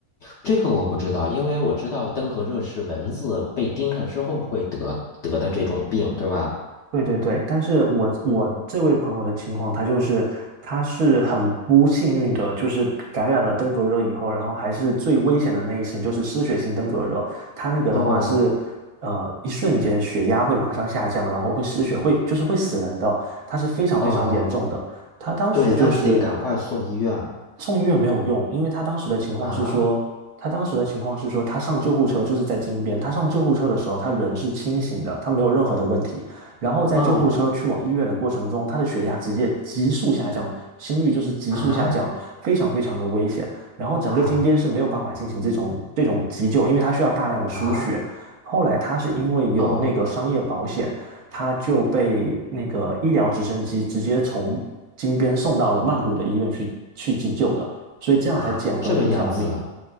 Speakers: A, on the left; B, on the right.
A: 这个我不知道，因为我知道登革热是蚊子被叮了之后会得得的这种病，对吧？
B: 对对对，但是我我这位朋友的情况，
A: 嗯，
B: 他就是他是很不幸运的，就是感染了登革热以后，然后还是最危险的那一型，就是失血性登革热。他那个的话是，
A: 哦，
B: 呃，一瞬间血压会马上下降，然后会失血，会就是会死人的，他是非常非常严重的。
A: 哦，
B: 他当时就是。
A: 对，那得赶快送医院
B: 送医院没有用，因为他当时的情况是说，
A: 啊
B: 他当时的情况是说，他上救护车就是在金边，他上救护车的时候，他人是清醒的，他没有任何的问题。然后在救护车去往医院的过程中，
A: 啊！
B: 他的血压直接急速下降，心率就是急速下降，
A: 啊
B: 非常非常的危险。然后整个金边是没有办法进行这种这种急救，
A: 啊
B: 因为他需要大量的输血。
A: 啊！
B: 后来他是因为有那个商业保险，
A: 哦
B: 他就被那个医疗直升机直接从金边送到了曼谷的医院去去急救的，所以这样才捡回了一条命。
A: 啊，这个样子